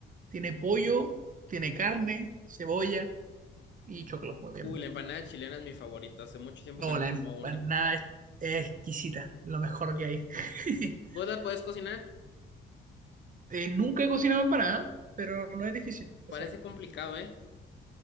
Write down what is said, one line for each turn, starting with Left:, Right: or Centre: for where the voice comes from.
Right: tiene pollo, tiene carne, cebolla y choclo, obviamente.
Left: Uy, la empanada chilena es mi favorita. Hace mucho tiempo
Right: No,
Left: que no
Right: la
Left: como
Right: empanada
Left: una.
Right: es es exquisita, lo mejor que hay. <laughs>
Left: ¿Vos la podés cocinar?
Right: Eh, nunca he cocinado empanada, pero no es difícil de
Left: Parece
Right: hacer.
Left: complicado, ¿eh?